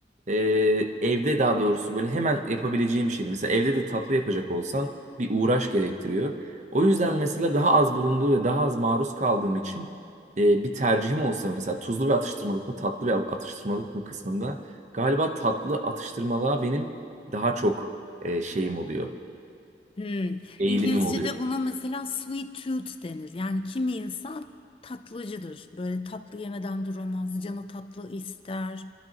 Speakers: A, on the right (about 40°); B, on the left (about 30°).
A: e, evde daha doğrusu böyle hemen yapabileceğim bir şey değil. Mesela evde de tatlı yapacak olsan bir uğraş gerektiriyor. O yüzden mesela daha az bulunduğu ve daha az maruz kaldığım için e, bir tercihim olsa mesela tuzlu ve atıştırmalık mı tatlı ve atıştırmalık mı kısmında galiba tatlı atıştırmalığa benim daha çok e, şeyim oluyor.
B: Hmm.
A: Eğilimim
B: İngilizce'de
A: oluyor.
B: buna mesela sweet tooth denir. Yani kimi insan tatlıcıdır. Böyle tatlı yemeden duramaz, canı tatlı ister.